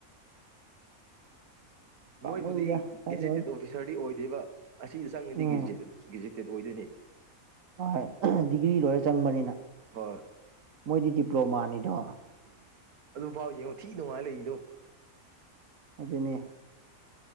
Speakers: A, on the right; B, on the right.
A: ꯄꯥꯝꯃꯨꯏꯗ
B: ꯃꯣꯏꯕꯨꯗꯤ
A: ꯈꯜꯂꯨꯔꯅꯨ
B: ꯒꯦꯖꯦꯇꯦꯠ ꯑꯣꯐꯤꯁꯥꯔꯗꯤ ꯑꯣꯏꯗꯦꯕ ꯑꯁꯤꯗ ꯆꯪꯉꯗꯤ
A: ꯎꯝ
B: ꯏꯁꯇꯦꯠ ꯑꯣꯏꯗꯣꯏꯅꯤ
A: ꯍꯣꯏ ꯗꯤꯒ꯭ꯔꯤ ꯂꯣꯏꯔ ꯆꯪꯕꯅꯤꯅ
B: ꯍꯣꯏ
A: ꯃꯣꯏꯗꯤ ꯗꯤꯄ꯭ꯂꯣꯃꯥꯅꯤꯗꯣ
B: ꯐꯥꯎ ꯌꯦꯡꯉꯣ ꯊꯤꯗꯅꯨꯡꯉꯥꯏ ꯂꯩꯏꯗꯣ
A: ꯑꯗꯨꯅꯦ